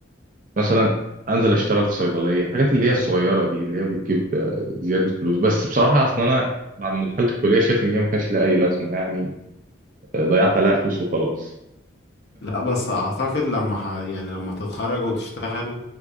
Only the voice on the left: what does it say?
لا بس اعتقد لما ح... يعني لما تتخرج وتشتغل